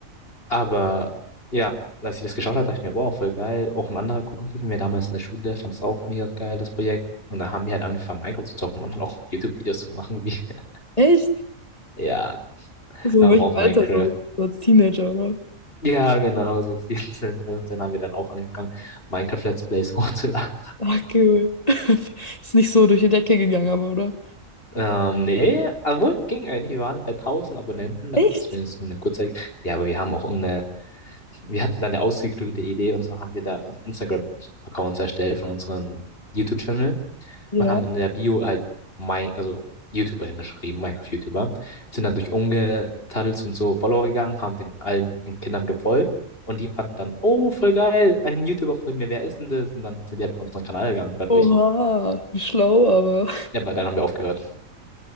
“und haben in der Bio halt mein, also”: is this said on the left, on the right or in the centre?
Left